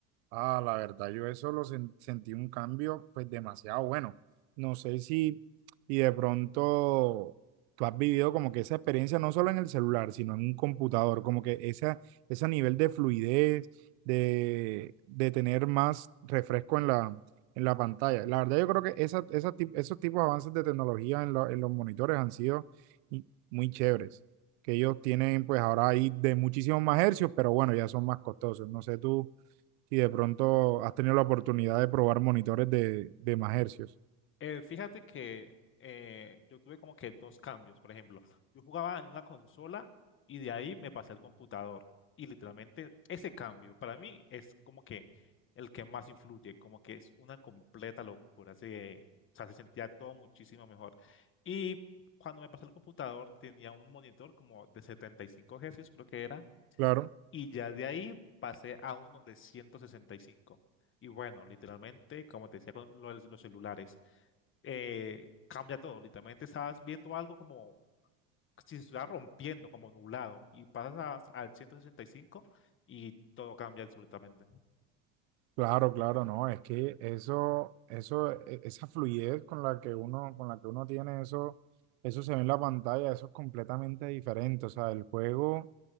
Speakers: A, on the right; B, on the left.
A: Ah, la verdad, yo eso lo sen- sentí un cambio, pues demasiado bueno. No sé si, y de pronto tú has vivido como que esa experiencia no solo en el celular, sino en un computador, como que esa, ese nivel de fluidez, de, de tener más refresco en la, en la pantalla. La verdad, yo creo que esa, esa tip- esos tipos de avances de tecnología en, lo- en los monitores han sido i- muy chéveres, que ellos tienen pues ahora ahí de muchísimos más hercios, pero bueno, ya son más costosos. No sé tú si de pronto has tenido la oportunidad de probar monitores de, de más hercios.
B: Eh, fíjate que eh, yo tuve como que dos cambios. Por ejemplo, yo jugaba en una consola y de ahí me pasé al computador. Y literalmente ese cambio para mí es como que el que más influye, como que es una completa locura. Se, o sea, se sentía todo muchísimo mejor. Y cuando me pasé al computador tenía un monitor como de 75 Hz, creo que era.
A: Claro,
B: Y ya de ahí pasé a uno de 165. Y cinco. Y bueno, literalmente, como te decía con lo de los celulares eh, cambia todo. Literalmente estás viendo algo como si se estuviera rompiendo, como nublado, y pasas a- al 165 y cinco y todo cambia absolutamente.
A: claro, claro, no, es que eso, eso, e- esa fluidez con la que uno, con la que uno tiene eso, eso se ve en la pantalla, eso es completamente diferente. O sea, el juego